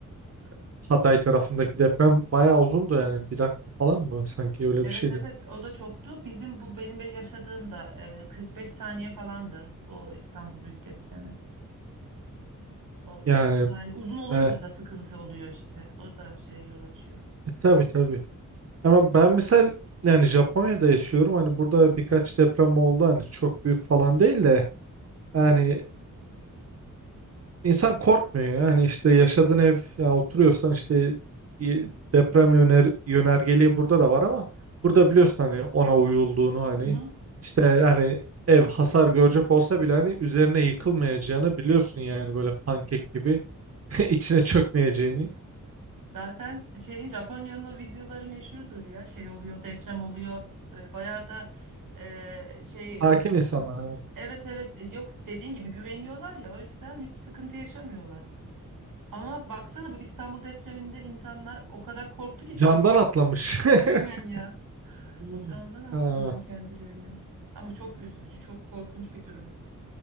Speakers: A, on the right; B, on the right.
A: e, Hatay tarafındaki deprem bayağı uzundu yani bir dakika falan mı sanki öyle
B: Evet
A: bir şeydi.
B: evet o da çoktu. Bizim bu benim be- yaşadığım da e, 45 saniye falandı o İstanbul Büyük Depremi. O
A: Yani
B: s- yani uzun olunca
A: e,
B: da sıkıntı oluyor işte. O da şeye yol açıyor.
A: e, tabii tabii. Ama ben misal yani Japonya'da yaşıyorum hani burada birkaç deprem oldu hani çok büyük falan değil de yani İnsan korkmuyor ya. Hani işte yaşadığın ev ya oturuyorsan işte y- deprem yöner, yönergeliği burada da var ama burada biliyorsun hani ona uyulduğunu hani
B: Hı hı.
A: işte hani ev hasar görecek olsa bile hani üzerine yıkılmayacağını biliyorsun yani böyle pankek gibi <laughs> içine çökmeyeceğini.
B: Zaten şeyin Japonya'nın o videoları meşhurdur ya. Şey oluyor, deprem oluyor. E, bayağı da e, şey
A: Sakin
B: olması.
A: insanlar evet.
B: Evet evet yok dediğin gibi güveniyorlar ya o yüzden hiç sıkıntı yaşamıyorlar. Ama baksana bu İstanbul depreminde insanlar o kadar korktu ki
A: Camdan atlamış. <laughs>
B: Aynen ya.
A: Hmm.
B: Camdan attılar
A: Aa,
B: kendilerini. Ama çok üzücü, çok korkunç bir durum.